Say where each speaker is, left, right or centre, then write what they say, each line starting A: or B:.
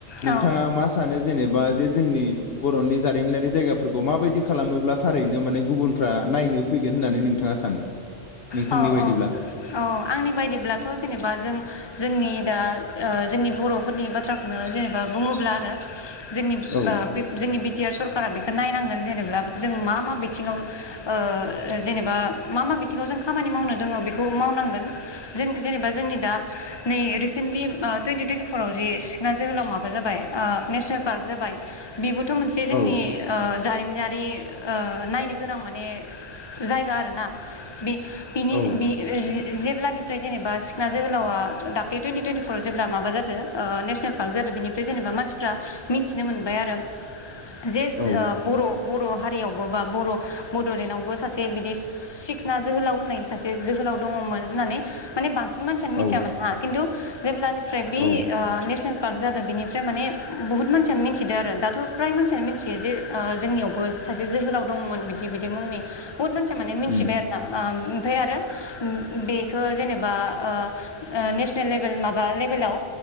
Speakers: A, on the left (about 30°); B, on the left (about 55°).
A: औ।
B: बिथाङा मा सानो। जेनेबा जे जोंनि बर'नि जारिमिनारि जायगाफोरखौ माबायदि खालामोब्ला थारैनो माने गुबुनफ्रा नायनो फैगोन होननानै नोंथाङा सानो। नोंथांनि
A: औ-
B: बायदिब्ला
A: औ -औ -आंनि बायदिब्लाथ' जेनेबा जों जोंनि। दा ओ जोंनि बर'फोरनि बाथ्राखौनो जेनेबा बुङोब्ला आरो। जोंनि ओ
B: औ उम
A: जोंनि बि टि आर सरकारा बेखौ नायनांगोन। जेनेब्ला जों मा मा बिथिङाव ओ जेनेबा मा मा बिथिङाव जों। खामानि मावनो दङ बेखौ मावनांगोन। जों जेनेबा जोंनि दा। नै रिसेन्टलि ओ टुइनटि टुइेटि फराव जिसिखना जोहोलाव माबा जाबाय ओ नेसनेल पार्क जाबाय बिबो। बिफोर मोनसे जोंनि
B: औ
A: ओ जारिमिन। मिनारि ओ नायनो गोनां माने जायगा आरोना बे। बिनि
B: औ
A: बि जि। जेब्लानिफ्राय जेनेबा सिखना जोहोलावा दाख्लै टुइन्टि टुवन्टिफराव जेब्ला माबा जादों नेसनेल पार्क जादों बेनिफ्राय जेनेबा मानसिफ्रा मिन्थिनो मोनबाय आरो। जे ओ
B: औ
A: बर'। बर' हारियावबो बा बर' बड'लेण्डआवबो सासे बिदि सिखना। जोहाव होननाय सासे जोहोलाव दङमोन होननानै माने बां। बांसिन मानसियानो
B: औ
A: मिथियाामोन हा खिन्तु। जेब्लानि। फ्राइ बि
B: औ
A: ओ नेसनेल पार्क जादों बिनिफ्राय माने बुहुत मानसियानो मिथिदों आरो दाथ' फ्राय मानसियानो मिथियो जे जोंनियावबो सासे जोहोलाव दंमोन बिदि बिदि मुंनि बुहुत मानसि माने मिथिबाय
B: उम
A: आरो ना। ओम ओमफ्राय आरो उम उ बे हो जेनेबा ओ ओ नेसेनेल लेबेल माबा लेबेलाव